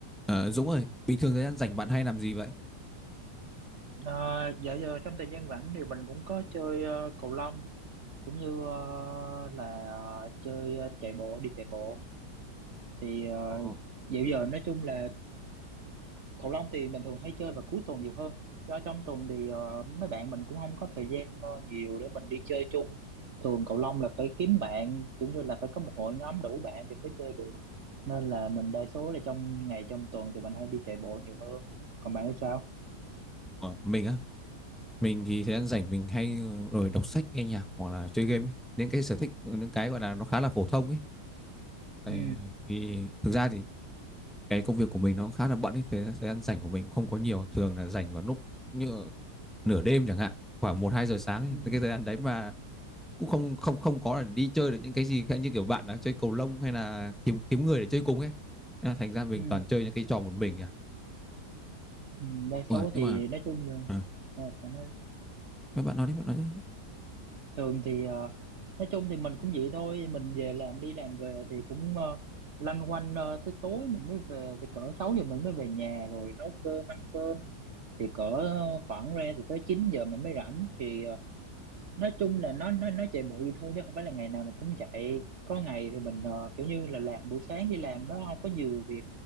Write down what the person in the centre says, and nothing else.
Ờ, Dũng ơi, bình thường thời gian rảnh bạn hay làm gì vậy?
Ồ,
ờ, mình á, mình thì thời gian rảnh mình hay ờ, rồi đọc sách, nghe nhạc hoặc là chơi game ấy. Những cái sở thích, những cái gọi là nó khá là phổ thông ấy. Tại
vì thực ra thì cái công việc của mình nó khá là bận ấy, thế thời gian rảnh của mình không có nhiều, thường là rảnh vào lúc như nửa đêm chẳng hạn, khoảng một 2 giờ sáng ấy.
Cái thời gian đấy mà cũng không không không có là đi chơi được những cái gì khác như kiểu bạn đã chơi cầu lông hay là kiếm kiếm người để chơi cùng ấy. Nên là Thành ra mình
toàn chơi những cái trò một mình à.
Ủa,
nhưng
mà
Ờ.
Bạn bạn nói đi, bạn nói đi.